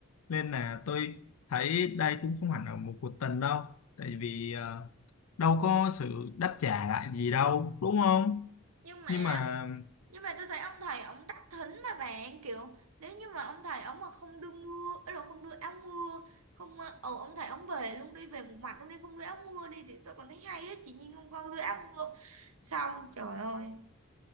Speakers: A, on the left; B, on the right.
A: nên là tôi thấy đây cũng không hẳn là một cuộc tình đâu tại vì ờ, đâu có sự đáp trả lại gì đâu đúng không
B: nhưng mà
A: nhưng mà
B: nhưng mà tôi thấy ông thầy ông rất thính mà bạn kiểu nếu như mà ông thầy ông mà không đưa mưa ấy là không đưa áo mưa không ờ ờ, ông thầy ông về luôn đi về một mặt luôn đi không đưa áo mưa đi thì tôi còn thấy hay á chị Nhiên không con đưa áo mưa xong trời ơi